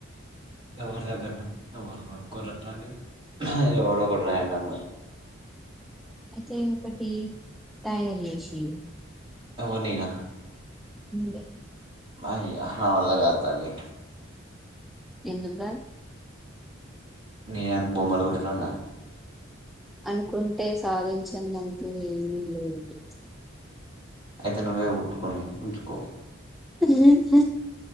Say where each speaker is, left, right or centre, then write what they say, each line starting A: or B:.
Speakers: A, on the right (about 25°); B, in the centre.
A: ఎవరి దగ్గర ఎవరు కొనుక్కోరు అట్లాంటి ఎవడో ఒకడు రాండం
B: అయితే ఒక ఒకటి తయారు చేసి ఇయ్యి
A: నువ్వు నేన
B: నువ్వే
A: అయ్యా నావల్ల కాదు తల్లీ
B: ఎందుకు కాదు
A: నేను బొమ్బలు కొట్టేటోన్న
B: అనుకుంటే సాధించందంటూ ఏమీ లేదు
A: అయితే నువ్వే కుట్టుకొని ఉంచుకో
B: ఉ ఉ